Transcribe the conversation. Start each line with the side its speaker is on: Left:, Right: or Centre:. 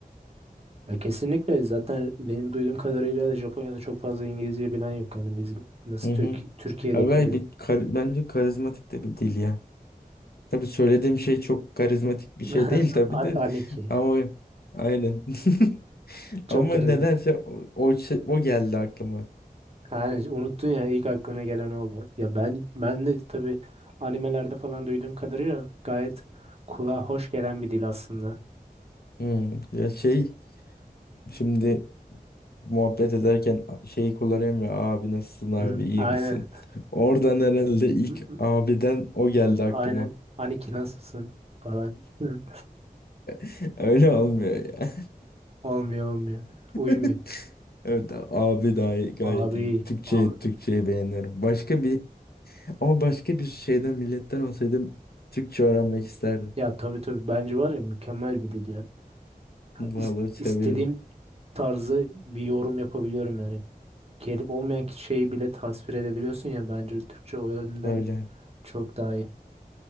Right: Ya kesinlikle zaten benim duyduğum kadarıyla da Japonya'da çok fazla İngilizce bilen yok. Yani biz nasıl
Left: Hı
Right: Türk
Left: hı.
Right: Türkiye'deki
Left: Ya ben
Right: gibi.
Left: bir kar- bence karizmatik de bir dil ya. Tabii söylediğim şey çok karizmatik bir
Right: <laughs>
Left: şey değil tabii
Right: A-
Left: de
Right: Aniki.
Left: ama aynen. <laughs>
Right: Çok
Left: Ama
Right: karizma.
Left: nedense o, o, şey- o geldi aklıma.
Right: Yani unuttun ya ilk aklına gelen o oldu. Ya ben ben de tabii animelerde falan duyduğum kadarıyla gayet kulağa hoş gelen bir dil aslında.
Left: Hmm, Ya şey
Right: Hı,
Left: şimdi muhabbet ederken a- şeyi kullanıyorum ya abi nasılsın abi
Right: hı,
Left: iyi
Right: Aynen.
Left: misin? <laughs> Oradan herhalde ilk
Right: Hı, hı,
Left: abiden o geldi
Right: Aynen.
Left: aklıma.
Right: Aniki nasılsın falan. Hı.
Left: <laughs> Öyle olmuyor ya.
Right: Olmuyor olmuyor. Uymuyor.
Left: <laughs> Evet abi dahi gayet
Right: Abi
Left: iyi. Türkçeyi
Right: abi.
Left: Türkçeyi beğeniyorum. Başka bir ama başka bir şeyden milletten olsaydım Türkçe öğrenmek isterdim.
Right: Ya tabii tabii bence var ya mükemmel bir dil ya.
Left: Vallahi
Right: Ya is-
Left: seviyorum.
Right: istediğim tarzı bir yorum yapabiliyorum yani. Kelime olmayan şeyi bile tasvir edebiliyorsun ya bence Türkçe o yönden
Left: Öyle.
Right: çok daha iyi.